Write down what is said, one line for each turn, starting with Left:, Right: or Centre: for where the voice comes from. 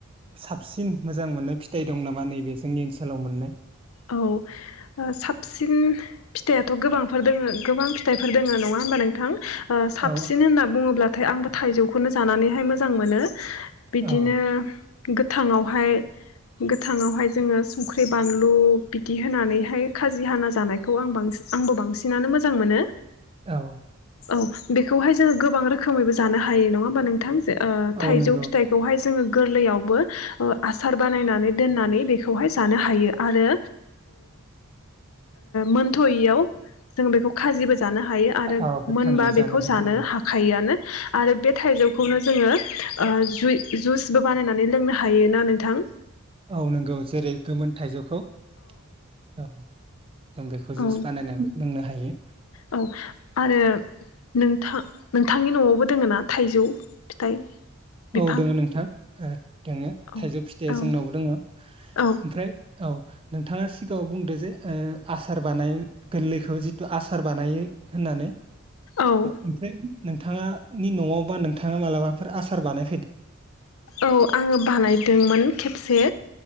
Right: साबसिन मोजां मोननाय फिथाइ दं नामा नैबे जोंनि ओनसोलाव मोननाय
Left: औ साबसिन फिथाइथ' गोबांफोर दङ गोबां फिथाइफोर दोङ नङा होनबा नोंथां साबसिन
Right: औ
Left: होनना बुङोब्लाथाय आंबो थाइजौखौनो जानानैहाय मोजां मोनो बिदिनो
Right: औ
Left: गोथांवहाय गोथांवहाय जोङो संख्रि बानलु बिदि होनानैह माय खाजि हाना जानायखौ आं बांसि आंबो बांसिनानो मोजां मोनो
Right: औ
Left: औ बेखौहाय जोङो गोबां रोखोमैबो जानो हायो नङा होमबा नोंथां ज
Right: औ
Left: थाइजौ
Right: नंगौ
Left: फिथाइखौहाय जोङो गोरलैयावबो आसार बानायनानै दोननानै बेखौहाय जानो हायो आरो मोनथ'यैयाव जों बेखौ खाजिबो जानो हायो आरो
Right: औ गोथाङैबो
Left: मोनबा बेखौ
Right: हायो
Left: जानो
Right: औ
Left: हाखायोआनो आरो बे थाइजौखौनो जोङोइ जुइसबो बानायनानै लोंनो हायोना नोंथां
Right: औ नंगौ जेरै गोमोन थाइजौ खौ औ जों बेखौ
Left: औ
Right: जुस बानायनानै लोंनो हायो
Left: औ आरो नोंथां नोंथांनि न'आवबो दोङ ना थाइजौ फिथाइ बिफां
Right: औ दोङ नोंथां औ दोङो
Left: औ
Right: थाइजौ फिथाइया
Left: औ
Right: जोंनावबो दोङो
Left: औ
Right: ओमफ्राय औ नोंथाङा सिगाङाव बुंदो जे आसार बानाय गोरलैखौ जिथु आसार बानायो होननानै
Left: औ
Right: ओमफ्राय नोंथाङानि न'आव बा नोंथाङा मालाबाफोर आस सार बानाय
Left: औ आङो बानायदोंमोन खेबसे